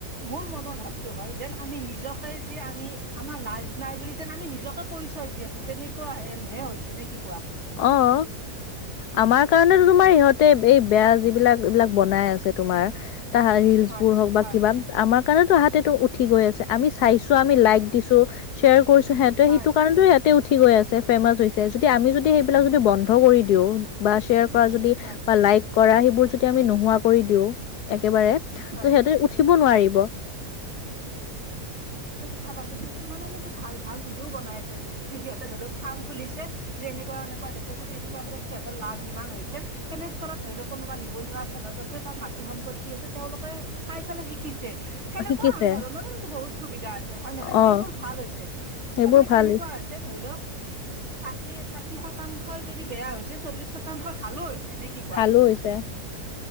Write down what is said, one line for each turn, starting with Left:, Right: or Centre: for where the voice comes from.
Right: মোৰ মনৰ ভাৱতটো হয় যেন আমি নিজকে যে আমি আমাৰ লাজ নাই বুলি যেন আমি নিজকে পৰি চয় দি আছোঁ। তেনেকুৱা হেনহে হৈছে নে কি কোৱা।
Left: অহ' আমাৰ কাৰণে টো তোমাৰ ইহঁতে এই বেয়া যিবিলাক এইবিলাক বনাই আছে তোমাৰ তাহা ৰিলচবোৰ
Right: হয়
Left: হওঁক বা
Right: হয়
Left: কিবা আমাৰ কাৰণেটো তাহাঁতেটো উঠি গৈ আছে, আমি চাইছোঁ আমি লাইক দিছো শ্বেয়াৰ কৰিছো সিহতে
Right: হয়
Left: সেইটো কাৰণটো ইয়াতে উঠি গৈ আছে ফেমাছ হৈছে যদি আমি যদি সেইবিলাক যদি বন্ধ কৰি দিওঁ বা শ্বেয়াৰ কৰা, যদি
Right: হয়
Left: বা লাইক কৰা সেই যদি আমি নহোৱা কৰি দিও এক একেবাৰে ত'
Right: হয়
Left: সিহঁতে উঠিব নোৱাৰিব
Right: চাচোন কিছুমানে কিন্তু ভাল ভাল ভিডিঅও বনাই আছে যিহঁতে ধৰি লওক ফাৰ্ম খুলিছে যে এনেকুৱা দেখুৱাই যে, তেনেকুৱা ধৰক সিহঁতৰ লাভ ইমান হৈছে তেনেস্থলত ধৰি লওঁক কোনোবা নিবনুৱা ঘৰত আছে বা মাটি সম্পত্তি আছে, তেওঁলোকে চাই পেলাই শি <unintelligible> সেনেকুৱা
Left: শিকিছে
Right: ধৰণৰো কিন্তু বহুত সুবিধা আছে হয়নে নাই?
Left: অ
Right: সেইবোৰ ভাল হৈছে তাৰমানে
Left: সেইবোৰ ভাল
Right: কে কেনেকুৱা হৈছে ধৰি লওঁক <unintelligible> সেই চাঠি শতাংশই যদি বেয়া হৈছে, চল্লিশ শতাংশ ভালো হৈ নে, কি কোৱা?
Left: ভালো হৈছে